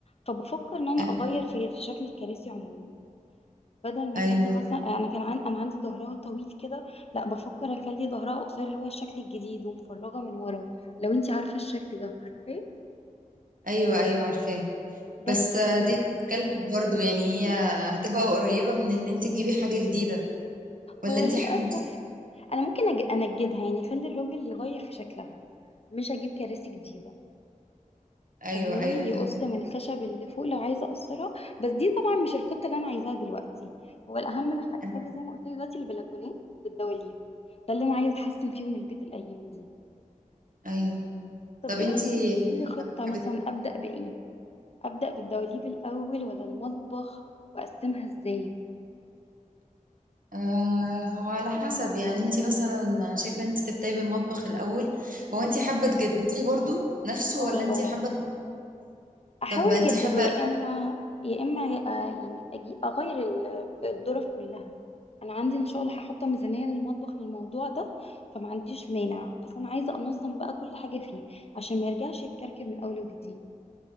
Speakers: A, on the left; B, on the right.
A: فبفكر ان انا
B: ايوه
A: اغير في في شكل الكراسي عموما بدل ما
B: ايوه
A: اخلي مثلا انا كان عن... انا عندي ظهرها طويل كده لا بفكر اخلي ظهرها قصير هو الشكل الجديد ومفرغه من ورا لو انت عارفه الشكل ده عارفاه
B: ايوه, أيوة عارفاه بس
A: بس
B: آه،
A: هو
B: دي بتتكلم برضو يعني هي هتبقى قريبة من ان انت تجيبي حاجة جديدة ولا
A: هو
B: انتي
A: للاسف
B: حابة
A: انا ممكن أج... انجدها يعني اخلي الراجل يغير في شكلها مش اجيب كراسي جديده
B: ايوه
A: فاهماني
B: ايوه فاهمة
A: يقص من الخشب اللي فوق لو عايزه اقصرها بس دي طبعا مش الخطه اللي انا عايزاها دلوقتي هو الاهم ح-
B: ايوه
A: حاجه زي ما قلت لك دلوقتي البلكونات والدواليب ده اللي انا عايزه احسن فيهم البيت الايام دي
B: أيوه.
A: طب
B: طب
A: ايه
B: انتي
A: رايك تحطي لي خطه مثلا
B: حابة
A: ابدا بايه ابدا بالدواليب الاول ولا المطبخ واقسمها ازاي
B: آه هو على حسب يعني انت مثلا شايفة انت تبدأي بالمطبخ الأول هو
A: مهم.
B: انت حابة تجدديه برضو نفسه
A: اه
B: ولا انت
A: اه
B: حابة
A: احاول
B: طب انت
A: اجدده
B: حابة
A: يا اما يا اما آه، يعني أجي اغير ال- الظرف كلها انا عندي ان شاء الله هحط ميزانيه للمطبخ للموضوع ده فما عنديش مانع بس انا عايزه انظم بقى كل حاجه فيه عشان ما يرجعش يتكركب من اول وجديد